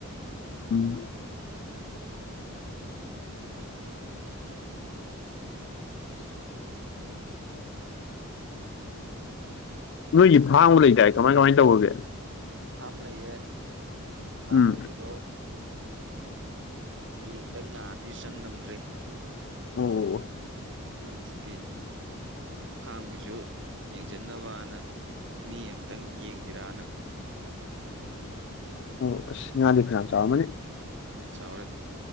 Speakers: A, on the left (about 55°); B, on the right (about 55°).
A: ꯎꯝ
B: ꯑꯣ
A: ꯅꯣꯏꯒꯤ
B: ꯀꯩꯅꯣꯅꯦ
A: ꯐꯥꯡꯕ ꯂꯩꯇꯥꯏ ꯀꯃꯥꯏ ꯀꯃꯥꯏꯅ ꯇꯧꯕꯒꯦ
B: ꯐꯥꯝ ꯂꯩꯌꯦ ꯐꯥꯝ
A: ꯎꯝ
B: ꯂꯩꯕꯗꯣ ꯑꯩ ꯍꯟꯇꯛ ꯅꯥꯕ ꯆꯪ ꯉꯝꯗ꯭ꯔꯦ
A: ꯑꯣ
B: ꯑꯗꯨꯗꯒꯤ ꯐꯥꯝꯒꯤꯁꯨ ꯌꯦꯡꯁꯤꯟꯅꯕꯅ ꯃꯤ ꯑꯃꯇꯪ ꯌꯦꯡꯁꯤꯔꯥꯅ
A: ꯑꯣ ꯌꯥꯗ ꯈꯅ ꯆ ꯃꯅꯤ
B: ꯆꯥꯎꯔꯦ